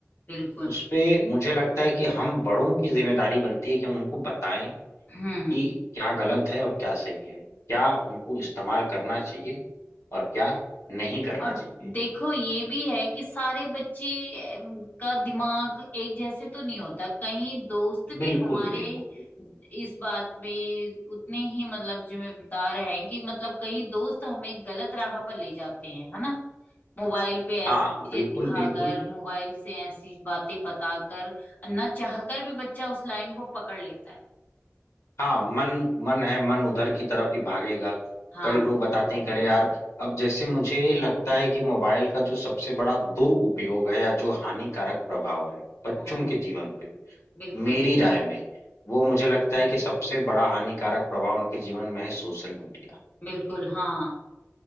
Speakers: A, on the left; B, on the left.
A: बिल्कुल
B: उस पे मुझे लगता है कि हम बड़ों की जिम्मेदारी बनती है कि हम उनको बताएं
A: हम्म
B: कि क्या गलत है और क्या सही है क्या उनको इस्तेमाल करना चाहिए और क्या नहीं करना
A: और
B: चाहिए
A: देखो ये भी है कि सारे बच्चे अम, का दिमाग एक जैसे तो नहीं होता कहीं दोस्त भी
B: बिल्कुल
A: हमारे
B: बिल्कुल
A: इस बात पे उतने ही मतलब जिम्मेदार हैं कि मतलब कहीं दोस्त हमें गलत राह पर ले जाते हैं है ना मोबाइल पे ऐसी
B: हाँ
A: चीजें
B: बिल्कुल
A: दिखाकर
B: बिल्कुल
A: मोबाइल से ऐसी बातें बताकर ना चाहकर भी बच्चा उस लाइन को पकड़ लेता है
B: हाँ मन मन है मन उधर की तरफ ही भागेगा
A: हाँ
B: कई लोग बताते हैं कि अरे यार अब जैसे मुझे लगता है कि मोबाइल का जो सबसे बड़ा दुरुपयोग है या जो हानिकारक प्रभाव है बच्चों
A: हाँ
B: के जीवन पे
A: बिल्कुल
B: मेरी राय में वो मुझे लगता है कि सबसे बड़ा हानिकारक प्रभाव उनके जीवन में है सोशल मीडिया
A: बिल्कुल हाँ